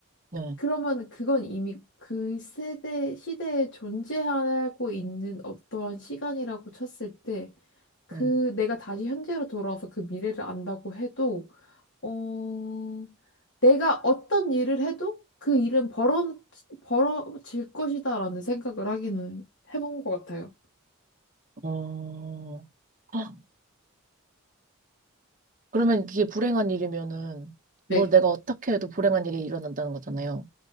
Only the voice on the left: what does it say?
그러면 그건 이미 그 세대, 시대에 존재하고 있는 어떠한 시간이라고 쳤을 때, 그
내가 다시 현재로 돌아와서 그 미래를 안다고 해도, 어, 내가 어떤 일을 해도 그 일은 벌어, 벌어질 것이다라는 생각을 하기는 해본 것 같아요.
네.